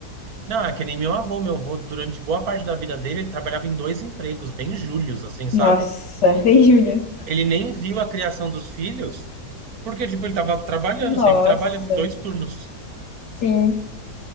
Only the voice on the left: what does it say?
Nossa, <laughs> bem, Július.
Nossa,
sim.